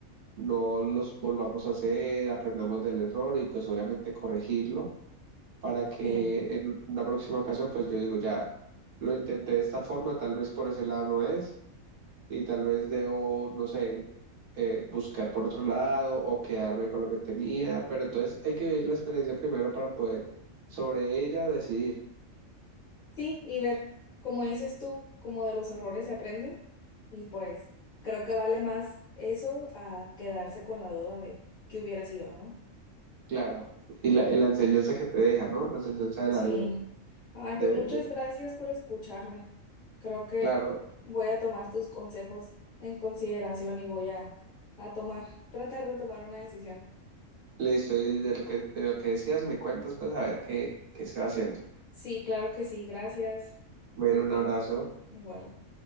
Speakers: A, on the right; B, on the left.
A: no los volvamos a hacer, aprendamos del error y pues obviamente corregirlo para que
B: Sí.
A: en una próxima ocasión, pues yo digo, ya lo intenté de esta forma, tal vez por ese lado no es, y tal vez debo, no sé, eh, buscar por otro lado o quedarme con lo que tenía, pero entonces hay que vivir la experiencia primero para poder sobre ella decidir,
B: Sí, y ver, como dices tú, como de los errores se aprende. Y pues creo que vale más eso a quedarse con la duda de qué hubiera sido, ¿no?
A: claro, y la, y la enseñanza que te deja, ¿no? La enseñanza de
B: Sí.
A: la vida,
B: Ay,
A: de,
B: pues muchas
A: de-
B: gracias por escucharme. Creo que
A: claro,
B: voy a tomar tus consejos en consideración y voy a, a tomar, tratar de tomar una decisión.
A: listo, y de lo que, de lo que decías me cuentas, pues a ver qué, qué se va haciendo.
B: Sí, claro que sí, gracias.
A: Bueno, un abrazo.
B: Igual.